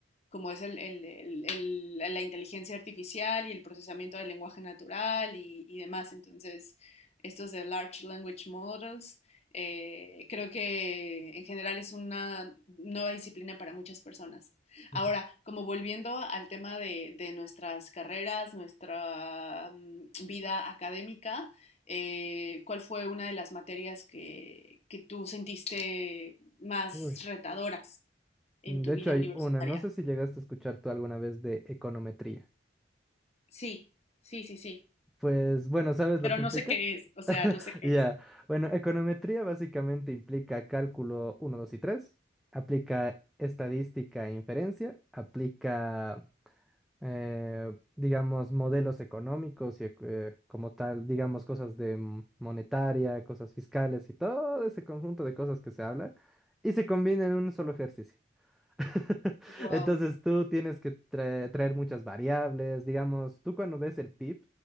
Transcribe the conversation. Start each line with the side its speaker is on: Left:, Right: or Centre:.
Left: como es el, el, el, el, la inteligencia artificial y el procesamiento del lenguaje natural y, y demás. Entonces, estos de Large Language Models, eh, creo que en general es una nueva disciplina para muchas personas. Ahora,
Centre: Ujú.
Left: como volviendo al tema de, de nuestras carreras, nuestra um, vida académica, eh, ¿cuál fue una de las materias que, que tú sentiste más
Centre: Uy.
Left: retadoras en
Centre: De
Left: tu vida
Centre: hecho hay
Left: universitaria?
Centre: una, no sé si llegaste a escuchar tú alguna vez de econometría.
Left: Sí, sí, sí, sí.
Centre: Pues bueno, ¿sabes
Left: Pero
Centre: lo que
Left: no
Centre: implica?
Left: sé qué es,
Centre: <laughs>
Left: o sea, no sé qué
Centre: Ya,
Left: es.
Centre: Bueno, econometría básicamente implica cálculo uno dos y tres aplica estadística e inferencia, aplica, eh, digamos, modelos económicos y ec- eh, como tal, digamos, cosas de m- monetaria, cosas fiscales y todo ese conjunto de cosas que se habla y se combina en un solo ejercicio. <laughs>
Left: Wow,
Centre: Entonces tú tienes que trae- traer muchas variables, digamos, tú cuando ves el PIB,